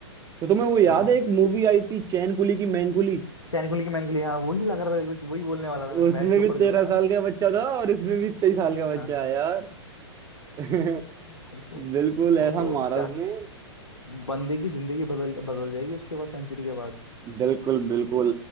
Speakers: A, on the right (about 20°); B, on the left (about 85°).
A: तो तुम्हें वो याद
B: हाँ
A: है एक मूवी आई थी चैन कुली की मैन कुली
B: मैकेनिकली की मैनिकली हाँ वही लग रहा था वही बोलने वाला था मैं
A: उसमें
B: बैट के
A: भी
B: ऊपर
A: तेरह
B: जो होता
A: साल
B: है ना
A: का बच्चा था और इसमें भी तेईस साल का बच्चा
B: हाँ।
A: है यार <laughs>
B: भाई सो,
A: बिल्कुल
B: सोचो
A: ऐसा मारा
B: क्या
A: उसने
B: बंदे की जिंदगी बदल बदल जाएगी उसके बाद सेंचुरी के बाद
A: बिल्कुल बिल्कुल